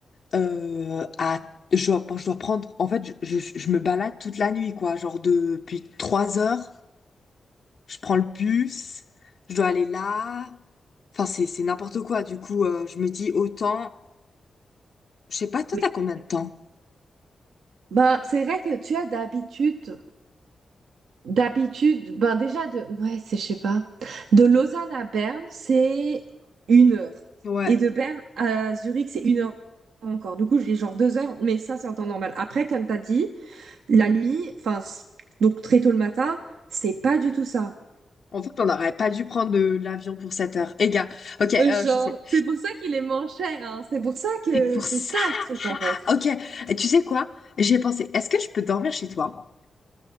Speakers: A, on the left (about 65°); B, on the right (about 80°).
A: euh, à, je dois, je dois prendre, en fait, je, je, je me balade toute la nuit, quoi. Genre, depuis trois heures, je prends le bus, je dois aller là. Enfin, c'est, c'est n'importe quoi. Du coup, euh, je me dis autant, je sais pas, toi,
B: Mais,
A: t'as combien de temps?
B: ben, c'est vrai que tu as d'habitude, d'habitude, ben, déjà de, ouais, c'est, je sais pas, de Lausanne à Berne, c'est une heure.
A: Ouais.
B: Et de Berne à Zurich, c'est une heure encore. Du coup, j'ai genre deux heures, mais ça, c'est en temps normal. Après, comme t'as dit, La nuit, enfin, c- donc très tôt le matin, c'est pas du tout ça.
A: En fait, on n'aurait pas dû prendre de l'avion pour 7 heures. Eh gars, ok, euh,
B: Euh, Genre,
A: je sais.
B: c'est pour ça qu'il est moins cher, hein. C'est pour ça que
A: C'est pour
B: c'est
A: ça.
B: ça le trick, en fait.
A: Ok, Et tu sais quoi? J'ai pensé, est-ce que je peux dormir chez toi?